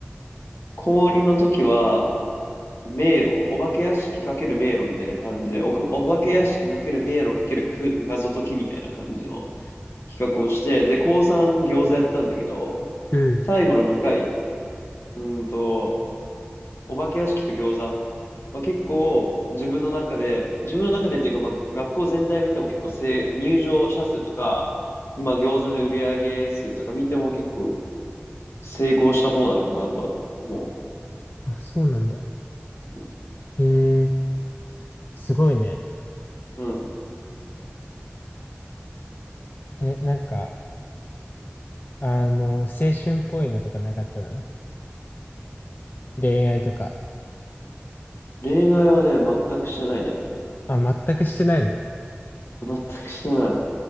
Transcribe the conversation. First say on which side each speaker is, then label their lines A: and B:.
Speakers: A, on the left (about 75°); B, on the left (about 50°).
A: 高2の時は、迷路、お化け屋敷かける迷路みたいな感じで、おか、お化け屋敷かける迷路かけるく謎解きみたいな感じの、企画をして、で、高3餃子やったんだけど、
B: うん。
A: 最後の2回、うーんと、お化け屋敷と餃子は結構自分の中で、自分の中でというか、まあ、学校全体見ても結構せ、入場者数とか、今餃子の売り上げ数とか見ても結構成功した方なのかなとは思
B: あ、そうなんだ。
A: う。
B: へえ、すごいね。
A: うん。うん
B: え、なんか、あの、青春っぽいのとかなかったの恋愛とか。
A: 恋愛はね、全くしてないね。
B: あ、全くしてないの。
A: 全くしてない。